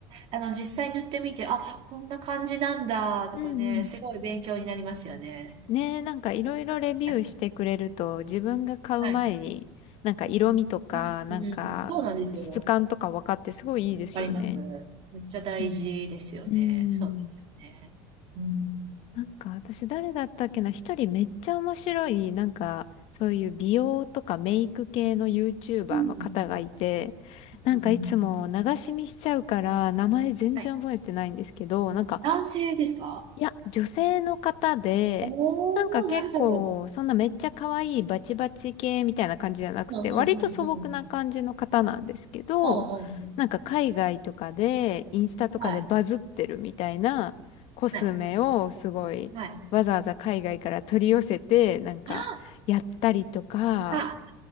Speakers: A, on the right (about 50°); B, on the left (about 55°).
A: あの、実際塗ってみて、あ、こんな感じなんだ、とかね、
B: んうん。
A: すごい勉強になりますよね。
B: ねえ、なんかいろいろレビューしてくれると自分が買う前になんか色味とかなんか質感とか分かってすごいいいですよね。
A: はい。はい。うん、うんそうなんですよ。わかります。めっちゃ大事ですよね。
B: うん。うーん。
A: そうですよね。うん。
B: なんか私誰だったっけな、一人めっちゃ面白いなんかそういう美容とかメイク系の YouTuber
A: うん。
B: の方がいて、なんかいつも流し見しちゃうから名前全然覚えてないんですけど、
A: うん。はい。
B: なんか
A: 男性ですか
B: いや、女性の方で、
A: おー、
B: なんか結構、
A: 誰だろ
B: そんなめっちゃ可愛いバチバチ系みたいな感じじゃなくて、
A: う。うんうんうんうん。
B: 割と素朴な感じの方なんですけど、
A: うんうんうん。
B: なんか海外とかで、インスタとかでバズってるみたいなコスメをすごい、
A: はい。はい。はい。
B: わざわざ海外から取り寄せて、なんか、
A: あ、
B: やったりとか、
A: あ、